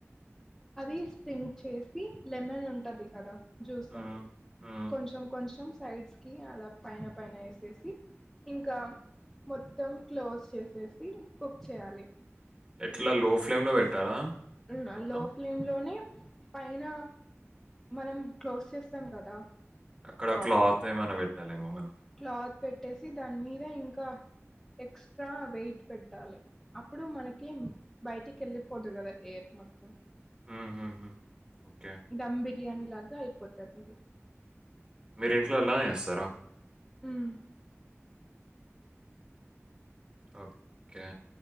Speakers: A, in the centre; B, on the right.
A: అది స్ప్రింక్ చేసి లెమన్ ఉంటది కదా జ్యూసా
B: హ్మ్. హ్మ్.
A: కొంచెం కొంచెం సైడ్స్ కి అలా పైన పైన వేసేసి ఇంకా మొత్తం క్లోజ్ చేసేసి కుక్ చేయాలి
B: ఎట్లా లో ఫ్లేమ్ లో పెట్టాలా
A: అవునా
B: మొత్తం?
A: లో ఫ్లేమ్ లోనే పైన మనం క్లోజ్ చేస్తాం కదా
B: అక్కడ
A: టాప్
B: క్లాత్ ఏమన పెట్టాలిమో
A: క్లాత్ పెట్టేసి దాని మీద ఇంకా ఎక్స్ట్రా వెయిట్ పెట్టాలి అప్పుడు మనకి బయటికి వెళ్ళిపోదు కదా ఎయిర్ మత్త
B: హ్మ్. హ్మ్. హ్మ్. ఓకే.
A: దమ్ బిర్యానీ లాగా అయిపోతుంది అది
B: మీరింట్లో ఎలా వస్తారా
A: మ్,
B: ఓకే